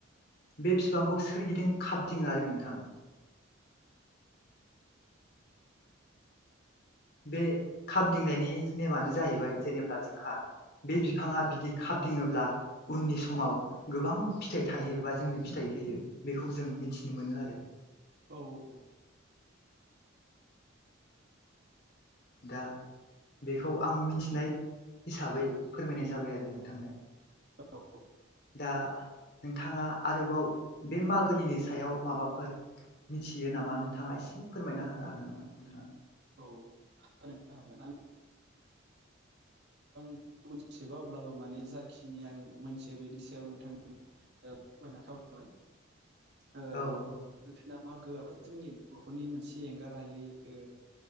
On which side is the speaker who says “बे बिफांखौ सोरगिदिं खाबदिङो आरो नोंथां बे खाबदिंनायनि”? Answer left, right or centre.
Left